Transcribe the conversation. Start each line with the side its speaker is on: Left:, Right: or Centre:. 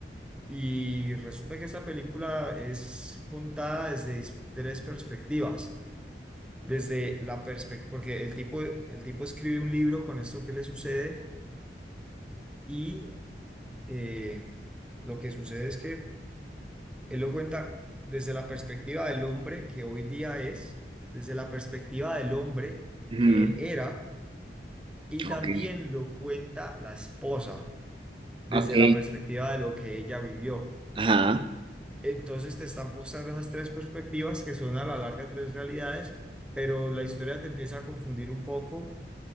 Centre: y resulta que esta película es contada desde dis- tres perspectivas. Desde la perspectiva, porque el tipo, el tipo escribe un libro con esto que le sucede y eh, lo que sucede es que Él lo cuenta desde la perspectiva del hombre que hoy día es, desde la perspectiva del hombre
Right: Mm,
Centre: que él era, y también
Right: ok.
Centre: lo cuenta la esposa desde
Right: Ok.
Centre: la perspectiva de lo que ella vivió.
Right: Ajá,
Centre: Entonces te están mostrando esas tres perspectivas que son a la larga tres realidades, pero la historia te empieza a confundir un poco